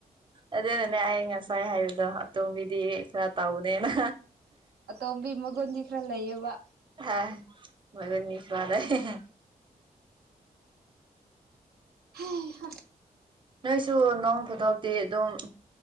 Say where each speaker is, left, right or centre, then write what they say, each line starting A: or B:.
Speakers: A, on the right (about 30°); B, on the right (about 80°).
A: ꯑꯗꯨꯅꯅꯦ ꯑꯩ ꯉꯁꯥꯏ ꯍꯥꯏꯕꯗꯣ ꯑꯇꯣꯝꯕꯤꯗꯤ ꯈꯔ ꯇꯧꯕꯅꯦꯅ
B: ꯑꯇꯣꯝꯕꯤ ꯃꯒꯨꯟꯗꯤ ꯈꯔ ꯂꯩꯌꯦꯕ
A: ꯍꯥ ꯃꯒꯨꯟꯗꯤ ꯈꯔ ꯂꯩ꯫
B: ꯍꯩꯍꯥ
A: ꯅꯣꯏꯁꯨ ꯅꯣꯡ ꯐꯥꯗꯣꯛꯇꯤ ꯑꯗꯨꯝ